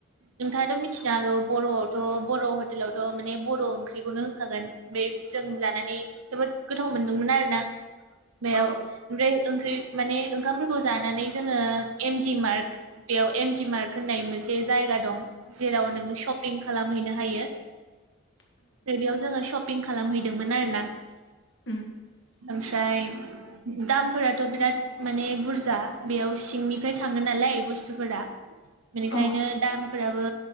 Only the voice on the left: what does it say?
औ
<inaudible>
अ